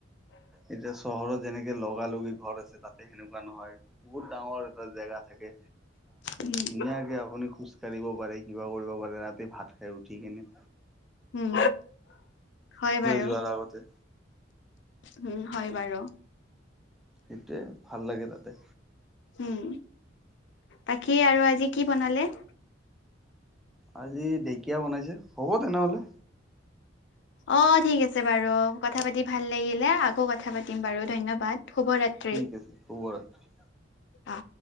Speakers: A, in the centre; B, on the left.
A: এতিয়া চহৰত যেনেকে লগা লগি ঘৰ আছে। তাতে সেনেকুৱা নহয়, বহুত ডাঙৰ এটা জেগা থাকে।
B: উম,
A: ধুনীয়াকে আপুনি খোজ কাঢ়িব পাৰে, কিবা কৰিব পাৰে। ৰাতি ভাত খাই উঠি কেনে।
B: উম্, হয় বাৰু।
A: যোৱাৰ আগতে।
B: উম, হয় বাৰু।
A: সেইটোৱে, ভাল লাগে তাতে।
B: উম, বাকী আৰু আজি কি বনালে?
A: আজি ঢেকীয়া বনাইছে, হ'ব তেনেহ'লে।
B: অ', ঠিক আছে বাৰু। কথা পাতি ভাল লাগিলে, আকৌ কথা পাতিম বাৰু ধন্যবাদ। শুভৰাত্ৰি।
A: ঠিক আছে, শুভ ৰাত্ৰি।
B: অ'।